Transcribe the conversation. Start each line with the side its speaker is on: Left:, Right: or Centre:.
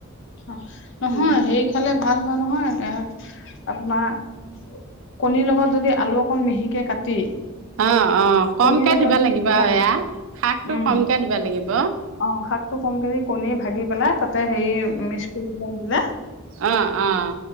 Left: অ', নহয়
Right: উম
Left: হেৰি খালে ভাল হয় নহয় এয়া আপোনাৰ কণীৰ লগত যদি আলু অকণ মিহিকে কাটি
Right: অ অ কমকে
Left: কণীৰ লগত
Right: দিবা
Left: যদি
Right: লাগিব
Left: খাই
Right: এয়া শাকটো
Left: উম
Right: কমকে দিবা লাগিব
Left: অ শাক টো কমকে দি কণী ভাগি পেলাই তাত মিষ্ট পেলাই দিলে
Right: আহ আহ